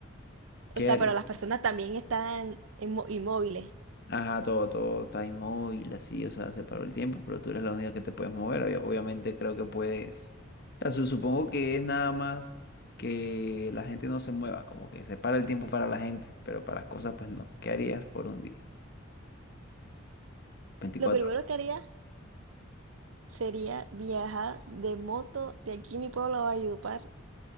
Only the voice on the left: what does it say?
¿Qué
harías?
Ajá, todo, todo está inmóvil, así, o sea, se paró el tiempo, pero tú eres la única que te puedes mover. obvia- Obviamente creo que puedes. o sea, su- supongo que es nada más que la gente no se mueva, como que se para el tiempo para la gente, pero para las cosas, pues no. ¿Qué harías por un día? veinticuatro
horas.